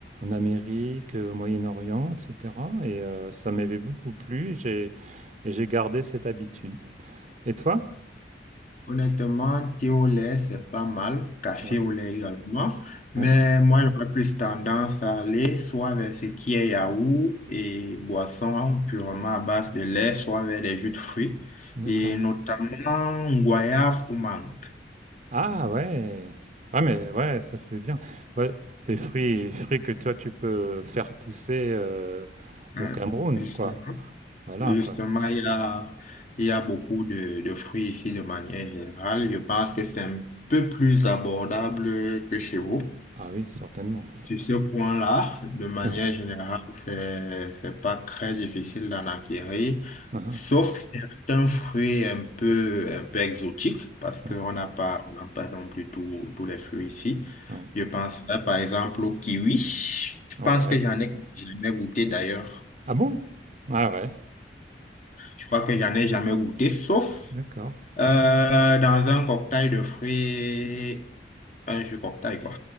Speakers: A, on the right; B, on the left.
A: en Amérique, euh, au Moyen-Orient, etc. Et euh, ça m'avait beaucoup plu. J'ai et j'ai gardé cette habitude. Et toi?
B: Honnêtement, thé au lait, c'est pas mal, café
A: Ouais,
B: au lait également, mais
A: ouais,
B: moi, j'aurais plus tendance à aller soit vers ce qui est yaourt et boisson purement à base de lait, soit vers des jus de fruits,
A: d'accord.
B: et notamment goyave ou mangue.
A: Ah ouais. Ah mais ouais, ça c'est bien. Ouais, c'est fruits, fruits que toi tu peux faire pousser euh,
B: Hein,
A: au Cameroun,
B: Justement,
A: quoi. Voilà,
B: justement,
A: quoi.
B: il y a, il y a beaucoup de, de fruits ici de manière générale. Je pense que c'est un peu plus abordable que chez vous.
A: Ah oui, certainement.
B: Sur ce point-là, de manière
A: <laughs>
B: générale, c'est, c'est pas très difficile d'en acquérir,
A: Ah,
B: sauf certains fruits un peu, un peu exotiques, parce qu'on
A: ah,
B: n'a pas, on n'a pas non plus tous tous les fruits ici.
A: ouais.
B: Je pense, euh, par exemple, au kiwi. Je
A: Ouais.
B: pense
A: Ouais.
B: que j'en ai jamais goûté d'ailleurs.
A: Ah bon? Ah ouais.
B: Je crois que j'en ai jamais goûté, sauf
A: D'accord.
B: euh, dans un cocktail de fruits, un jus cocktail, quoi.